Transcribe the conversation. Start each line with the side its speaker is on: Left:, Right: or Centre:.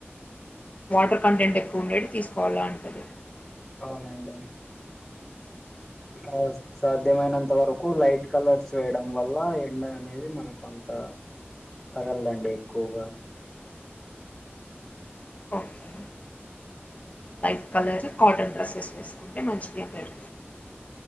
Left: వాటర్ కంటెంట్ ఎక్కువ ఉండేది తీసుకోవాలా అంటది
Centre: అవునండి బికాజ్ సాధ్యమైనంత వరకు లైట్ కలర్స్ వేయడం వల్ల ఎండ అనేది మనకు అం త తగల్దండి ఎక్కువగా
Left: okay light colour cotton dresses వేసుకుంటే మంచిది జేప్పార్